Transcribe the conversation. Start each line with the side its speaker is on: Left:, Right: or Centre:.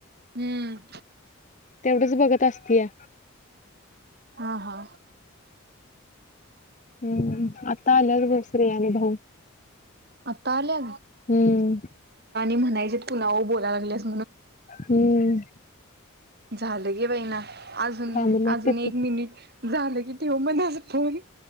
Right: हम्म
Left: तेवढंच बघत असतीया.
Right: हा हा
Left: हम्म आता आल्या बोसरे अणि भाऊ.
Right: आता आल्या.
Left: हम्म
Right: म्हणायचे कुणाव बोला लागलेस.
Left: हम्म
Right: झालं की बाई ना अजून
Left: थांबल्यात
Right: अजून
Left: तिथं.
Right: एक मिनिट झालं की ठेव म्हणास पोरी.